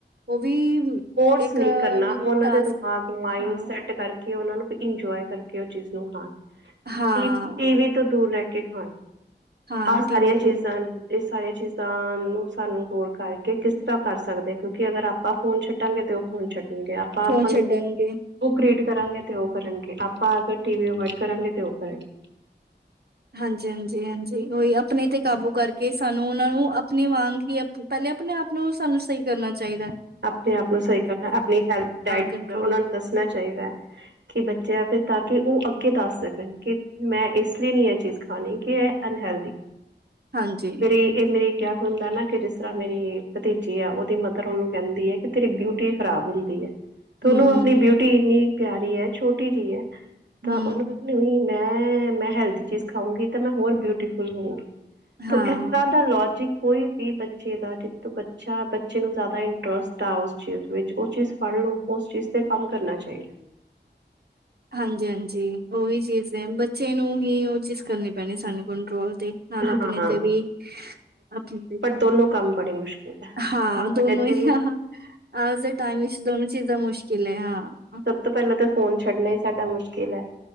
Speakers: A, on the right; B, on the right.
A: ਉਹ ਵੀ
B: ਫੋਰਸ
A: ਇੱਕ
B: ਨਹੀਂ ਕਰਨਾ, ਉਹਨਾਂ
A: ਟਾਸਕ
B: ਦੇ ਦਿਮਾਗ ਮਾਇਡ
A: ਹਾਂ,
B: ਸੈਟ ਕਰਕੇ ਕੀ ਉਹਨਾਂ ਨੂੰ ਇੰਜੋਏ ਕਰਕੇ ਉਹ ਚੀਜ਼ ਨੂੰ ਖਾਣ,
A: ਹਾਂ,
B: ਟੀਵੀ ਤੋਂ ਦੂਰ ਰਹਿ ਕੇ ਖਾਣ,
A: ਹਾਂ
B: ਆਹ ਸਾਰੀਆਂ
A: ਟੀਵੀ
B: ਚੀਜ਼ਾਂ
A: ਤੋਂ
B: ਐ ਇਹ ਸਾਰੀਆਂ ਚੀਜ਼ਾਂ ਨੂੰ ਸਾਨੂੰ ਗੋਲ ਕਰਕੇ ਕਿਸ ਤਰ੍ਹਾਂ ਕਰ ਸਕਦੇ, ਕਿਉਂਕਿ ਅਗਰ ਆਪਾਂ ਫੋਨ ਛੱਡ ਡਾਟਾਂਗੇ ਤੇ ਉਹ ਫੋਨ ਛੱਡਣਗੇ, ਆਪਾਂ
A: ਫੋਨ
B: ਆਪਾਂ ਨੂੰ
A: ਛੱਡਣਗੇ
B: ਬੁੱਕ ਰੀਡ ਕਰਾਂਗੇ ਤੇ ਉਹ ਕਰਨਗੇ, ਆਪਾਂ ਅਗਰ ਟੀਵੀ ਅਵੋਇਦ ਕਰਾਂਗੇ, ਤੇ ਔਹ ਕਰਨਗੇ
A: ਹਾਂਜੀ ਹਾਂਜੀ ਹਾਂਜੀ ਉਹੀ, ਆਪਣੇ ਤੇ ਕਾਬੂ ਕਰਕੇ ਸਾਨੂੰ ਉਹਨਾਂ ਨੂੰ ਆਪਣੇ ਵਾਂਗ ਹੀ ਪਹਿਲੇ ਅਪਣੇ ਆਪ ਨੂੰ, ਸਾਨੂੰ ਸਹੀ ਕਰਨਾ ਚਾਹੀਦਾ ਐ
B: ਆਪਣੇ ਆਪ ਨੂੰ ਸਹੀ ਕਰਨਾ, ਆਪਣੀ ਹੈਲਤ ਡਾਇਟ
A: ਕੰਟਰੋਲ
B: ਦਾ ਉਹਨਾਂ ਨੂੰ ਦੱਸਣਾ ਚਾਹੀਦਾ ਹੈ ਕਿ ਬੱਚੇਆ ਤੇ, ਤਾਂਕਿ ਉਹ ਅੱਗੇ ਦੱਸ ਸਕਣ ਕਿ ਮੈਂ ਇਸ ਲਈ ਨਹੀਂ ਇਹ ਚੀਜ਼ ਖਾਣੀ ਕਿ ਇਹ ਅਨਹੈਲਦੀ
A: ਹਾਂਜੀ।
B: ਮੇਰੀ ਇਹ ਮੇਰੀ ਕਿਹਾ ਵੀ ਹੁੰਦਾ ਨਾ, ਕਿ ਜਿਸ ਤਰਾ ਮੇਰੀ ਭਤੀਜੀ ਆ ਉਹਦੀ ਮਦਰ ਔਹਨੂੰ ਕਹਿੰਦੀ ਏ ਕਿ ਤੇਰੀ ਬਿਊਟੀ ਖਰਾਬ ਹੁੰਦੀ ਐ, ਤੋ
A: ਹੂੰ,
B: ਉਹਨੂੰ ਆਪਣੀ ਬਿਊਟੀ ਇੰਨੀ ਪਿਆਰੀ ਐ ਛੋਟੀ ਜਿਹੀ ਐ, ਤਾਂ
A: ਹੂੰ,
B: ਉਹਨੂੰ ਨੀ ਨਹੀਂ ਮੈਂ ਮੈਂ ਹੈਲਦੀ ਚੀਜ਼ ਖਾਉਂਗੀ ਤਾਂ ਮੈਂ ਹੋਰ ਬਿਊਟੀਫੁੱਲ ਹੌਉਂਗੀ ਤੋ
A: ਹਾਂ,
B: ਏਦਾਂ ਦਾ ਲੋਜਿਕ ਕੋਈ ਵੀ ਬੱਚੇ ਦਾ ਜਿੱਟੋ ਬੱਚਾ ਬੱਚੇ ਨੂੰ ਜ਼ਿਆਦਾ ਇੰ ਟਰੱਸਟ ਆ ਉਸ ਚੀਜ਼ ਵਿੱਚ, ਉਹ ਚੀਜ਼ ਫੜ ਲਓ ਉਸ ਚੀਜ਼ ਤੇ ਕੰਮ ਕਰਨਾ ਚਾਹੀਦੈ
A: ਹਾਂਜੀ ਹਾਂਜੀ ਉਹੀ ਚੀਜ਼ ਹੈ, ਬੱਚੇ ਨੂੰ ਹੀ ਉਹ ਚੀਜ਼ ਕਰਨੀ ਪੈਣੀ ਸਾਨੂੰ ਕੰਟਰੋਲ ਤੇ ਨਾਲ ਆਪਣੇ
B: ਹਾਂ
A: ਤੇ ਵੀ, ਆਪਣੇ ਤੇ
B: ਦੋਨੋ ਕੰਮ ਬੜੀ ਮੁਸ਼ਕਿਲ ਹੈ
A: ਹਾਂ
B: ਆਪਣੇ
A: ਦੋਨੋ ਹੀ
B: ਤੇ ਵੀ
A: ਹਹੰ ਆਜ ਦੇ ਟਾਈਮ ਵਿੱਚ ਦੋਨੋ ਚੀਜ਼ਾਂ ਮੁਸ਼ਕਿਲ ਏ ਹਾਂ
B: ਸਭ ਤੋਂ ਪਹਿਲਾਂ ਤਾਂ ਫੋਨ ਛੱਡਣਾ ਹੀ ਸਾਡਾ ਮੁਸ਼ਕਿਲ ਹੈ